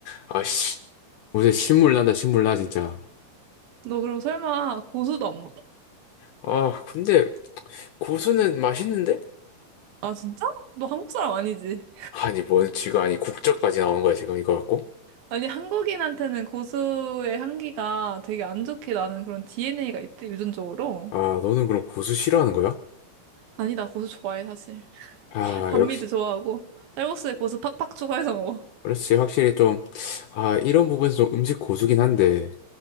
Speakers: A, on the left (about 75°); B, on the right (about 75°).
A: 아, 씨. 무슨 신물 난다, 신물 나, 진짜.
B: 너 그럼 설마 고수도 안 먹어?
A: 아, 근데 고수는 맛있는데?
B: 아, 진짜? 너 한국 사람 아니지?
A: 아니, 뭔 지금, 아니, 국자까지 나오는 거야, 지금 이거 갖고?
B: 아니, 한국인한테는 고수의 향기가 되게 안 좋게 나는 그런 DNA가 있대, 유전적으로.
A: 아, 너는 그럼 고수 싫어하는 거야?
B: 아니, 나 고수 좋아해, 사실.
A: 아,
B: 반미도
A: 역시.
B: 좋아하고 쌀국수에 고수 팍팍 추가해서 먹어.
A: 그렇지. 확실히 좀, 아, 이런 부분에서 좀 음식 고수긴 한데.